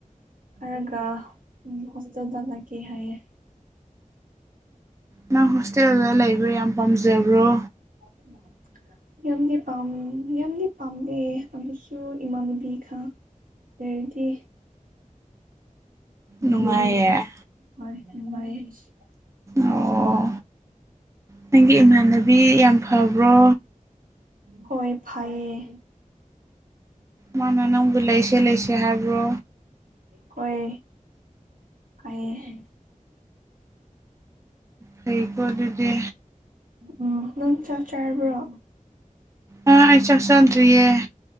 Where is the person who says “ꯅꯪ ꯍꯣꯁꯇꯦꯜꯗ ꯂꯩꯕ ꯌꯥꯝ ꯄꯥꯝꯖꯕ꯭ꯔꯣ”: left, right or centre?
Right